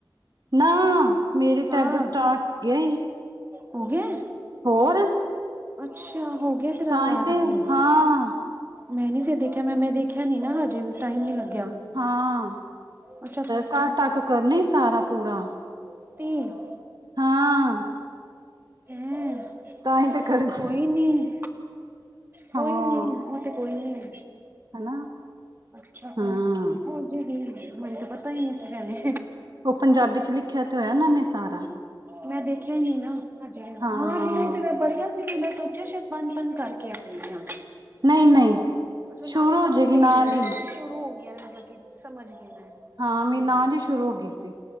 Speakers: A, on the right; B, on the right.
A: ਨਾ ਮੇਰੀ
B: ਹਾਂ
A: ਟੈੱਗ ਸਟਾਰਟ ਹੋਗੀਆਂ ਈ।
B: ਹੋ ਗਿਆ ਐ।
A: ਹੋਰ
B: ਅੱਛਾ ਹੋ ਗਿਆ। ਤੇਰਾ
A: ਤਾਂ
B: ਸਟਾਰਟ
A: ਈ ਤੇ
B: ਅੱਗੇ
A: ਹਾਂ
B: ਮੈਂ ਨੀ ਫੇਰ ਦੇਖਿਆ। ਮੈਂ ਦੇਖਿਆ ਨੀ ਨਾ ਹਜੇ ਟਾਈਮ ਨੀ ਲੱਗਿਆ।
A: ਹਾਂ
B: ਅੱਛਾ ਅੱਛਾ ਸਟਾਰਟ
A: ਕੱਲ ਤੱਕ
B: ਹੋ
A: ਕਰਨਾ ਈ ਸਾਰਾ ਪੂਰਾ।
B: <unintelligible>
A: ਹਾਂ
B: ਹੈਂ
A: ਤਾਂ ਹੀ ਤੇ ਕਰਦੀ
B: ਕੋਈ ਨੀ। ਕੋਈ
A: ਹਾਂ
B: ਨੀ ਓ ਤੇ ਕੋਈ ਨੀ।
A: ਹਨਾ
B: ਅੱਛਾ
A: ਹਾਂ
B: ਕੱਲ ਤੱਕ- ਹੋ ਜੇ ਗੀ। ਮੈਨੂੰ ਤੇ ਪਤਾ ਈ ਨੀ ਸੀ ਭੈਣੇ।
A: ਉਹ ਪੰਜਾਬੀ ਚ ਲਿਖਿਆ ਤੇ ਹੋਇਆ ਨਾ ਉਹਨਾਂ ਨੇ ਸਾਰਾ।
B: ਮੈਂ ਦੇਖਿਆ ਹਾਂ, ਨਹੀਂ
A: ਹਾਂ
B: ਉਹ ਤੇ ਮੈਂ ਪੜਿਆ ਸੀ ਕਿੰਨਾ ਸਾਰਾ। ਓ ਸ਼ਾਇਦ ਪੰਜ ਪੰਜ ਕਰਕੇ ਆਣੇ ਆ।
A: ਨਹੀਂ ਨਹੀਂ
B: ਅੱਛਾ ਨਾਲੋਂ
A: ਸ਼ੁਰੂ
B: ਨਾਲ
A: ਹੋ ਜਾਏਗੀ
B: ਦੇ ਰਹੇ ਆ,
A: ਹੀ
B: ਸ਼ੁਰੂ ਹੋ ਗਿਆ ਦਾ ਮਤਲਬ। ਸਮਝ ਗਈ ਮੈਂ।
A: ਹਾਂ ਮੇਰੀ
B: ਹੂੰ
A: ਨਾਲ ਸ਼ੁਰੂ ਹੋ ਗਈ ਸੀ,